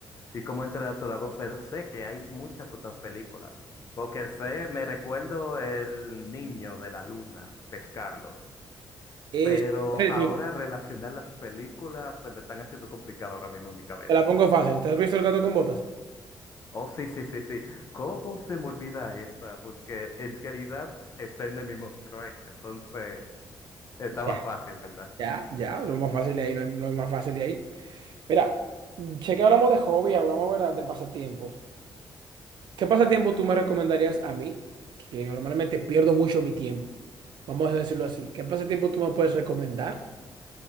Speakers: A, on the left (about 40°); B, on the right (about 65°).
A: Y cómo entrenar a tu dragón, pero sé que hay muchas otras películas. Porque sé, me recuerdo el niño de la luna pescando.
B: Eh,
A: Pero
B: sí,
A: ahora
B: sí,
A: relacionar las películas se me están haciendo complicado ahora mismo en mi cabeza.
B: Te la pongo fácil. ¿Te has visto El gato con botas?
A: Oh, sí, sí, sí, sí. ¿Cómo se me olvida esa? Porque en realidad está en el mismo Shrek. Entonces estaba
B: Ya,
A: fácil, ¿verdad?
B: ya, ya. Lo más fácil de ahí, no hay, no hay más fácil de ahí. Mira, sé que hablamos de hobby, hablamos, ¿verdad? De pasatiempos. ¿Qué pasatiempo tú me recomendarías a mí? Que normalmente pierdo mucho mi tiempo. vamos a decirlo así, ¿qué pasatiempo tú me puedes recomendar